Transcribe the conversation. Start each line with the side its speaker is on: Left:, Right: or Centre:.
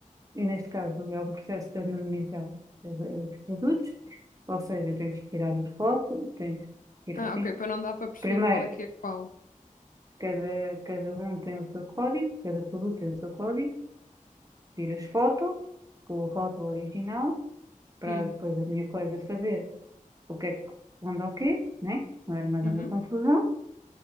Right: e neste caso é um processo de anonimizar eh, os produtos, ou seja, tens que tirar a foto, tens que tirar
Left: Ah,
Right: assim.
Left: ok. Para não dar para perceber
Right: Primeiro,
Left: qual é que é qual.
Right: cada, cada um tem o seu código, cada produto tem o seu código, tiras foto com o rótulo original, para
Left: Hum.
Right: depois a minha colega saber o que é que corresponde ao quê, né? Não era mais
Left: Uhum.
Right: uma confusão.